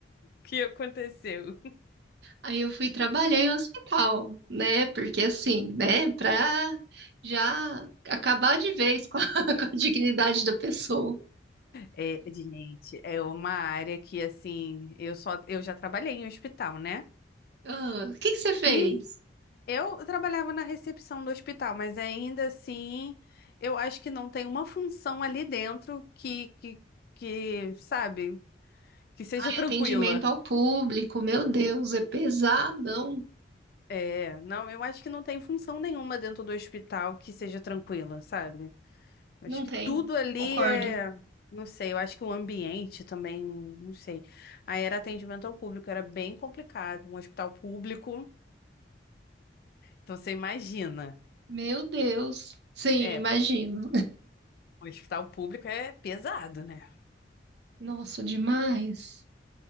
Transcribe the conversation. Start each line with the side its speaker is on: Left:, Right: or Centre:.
Left: que aconteceu?
Right: Aí eu fui trabalhar em hospital, né? Porque assim, né? Pra já acabar de vez com a <laughs> com a dignidade da pessoa.
Left: É, gente, é uma área que, assim, eu só, eu já trabalhei em hospital, né?
Right: Ah, o que que você fez?
Left: Que eu trabalhava na recepção do hospital, mas ainda assim, eu acho que não tem uma função ali dentro que, que, que, sabe, que seja
Right: Ai,
Left: tranquila.
Right: atendimento ao público, meu Deus, é pesadão.
Left: É, não, eu acho que não tem função nenhuma dentro do hospital que seja tranquila, sabe? Acho
Right: Não
Left: que
Right: tem,
Left: tudo ali
Right: concordo.
Left: é. Não sei, eu acho que o ambiente também, não sei. Aí era atendimento ao público, era bem complicado. Um hospital público, então você imagina.
Right: Meu Deus. Sim,
Left: É,
Right: imagino.
Left: um hospital público é pesado, né?
Right: Nossa, demais.